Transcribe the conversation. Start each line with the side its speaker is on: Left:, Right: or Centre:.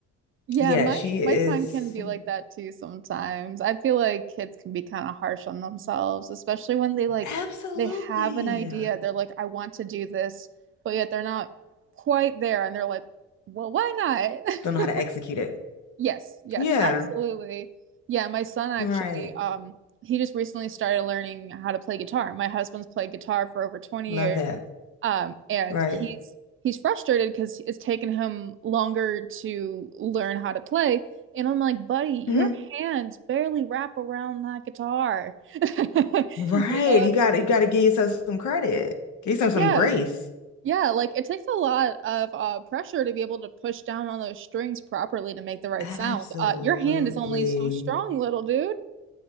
Right: Yeah,
Left: yeah,
Right: my
Left: she
Right: my
Left: is
Right: son can be like that too sometimes. I feel like kids can be kind of harsh on themselves, especially when they like
Left: absolutely
Right: they have an idea.
Left: uh,
Right: They're like, I want to do this, but yet they're not quite there and they're like, well, why
Left: don't know
Right: not?
Left: how to
Right: <laughs>
Left: execute it.
Right: Yes, yes,
Left: Yeah,
Right: absolutely. Yeah, my son actually
Left: right.
Right: um he just recently started learning how to play guitar. My husband's played guitar for over 20
Left: Love
Right: years.
Left: that.
Right: Um, and
Left: Right.
Right: he's he's frustrated because it's taken him longer to learn how to play. And I'm like, buddy, your
Left: hmm
Right: hands barely wrap around that guitar. <laughs>
Left: Right.
Right: You know?
Left: You got you got to give yourself some credit. Give yourself
Right: Yeah.
Left: some grace.
Right: Yeah, like it takes a lot of uh, pressure to be able to push down on those strings properly to make the right
Left: Absolutely.
Right: sound. Uh, your hand is only so strong, little dude.